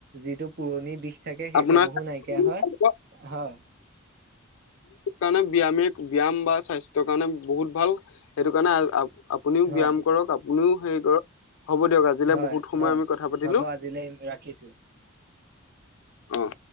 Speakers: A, on the right; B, on the left.
A: যিটো পুৰণি বিষ থাকে সেইসমূহো
B: আপোনাৰ
A: নাই কিয়া হয়, হয়।
B: কাৰণে ব্যয়ামে ব্যয়াম বা স্বাস্থ্যৰ কাৰণে বহুত ভাল। সেইটো কাৰণে আপুনিও
A: হয়
B: ব্যায়াম কৰক কলেও হেই কৰক। হ'ব দিয়ক, আজিলৈ
A: হয়
B: বহুত সময়
A: হয়
B: আমি কথা পাতিলো
A: হ'ব আজিলৈ ৰাখিছো
B: অ'।